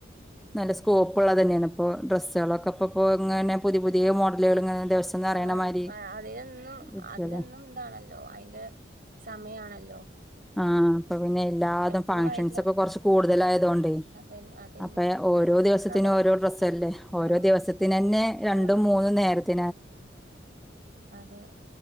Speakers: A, in the centre; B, on the right.
A: നല്ല സ്കോപ്പ്ള്ളതെന്നാണ് ഇപ്പോൾ ഡ്രസ്സുകളൊക്കെപ്പോ ഇപ്പോ ഇങ്ങനെ പുതിയ പുതിയ മോഡലുകൾ ഇങ്ങനെ ദിവസം നെറയണ
B: ആ
A: മാരി
B: പ്പ അതിനൊന്നും
A: ഇരിക്കല്ലേ
B: അതിനൊന്നും ഇന്താണല്ലോ അതിന്റെ സമയാണല്ലോ
A: ആ അപ്പൊ പിന്നെ എല്ലാതും
B: എപ്പഴും
A: ഫംഗഷൻസ്ക്കെ
B: അയിന്റെ
A: കുറച്ച് കൂടുതലായതോണ്ടേ
B: അതന്നെ അതന്നെ
A: അപ്പെയെ ഒ ഓരോ ദിവസത്തിനും
B: അതൊക്കെ അവര്
A: ഓരോ ഡ്രസ്സല്ലേ ഓരോ
B: ആഹ്
A: ദിവസത്തിനെന്നെ രണ്ടും
B: ഓരോ
A: മൂന്നും
B: ദിവസം
A: നേരത്തെ
B: അതെ